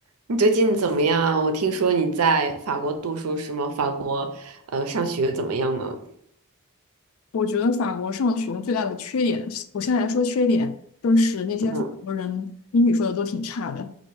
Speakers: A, on the right; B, on the left.
A: 你最近怎么样啊？我听说你在法国读书是吗？法国，呃，上学怎么样呢？
B: 我觉得法国上学最大的缺点，我先来说缺点，就是那些法国人英语说的都挺差的。
A: 嗯，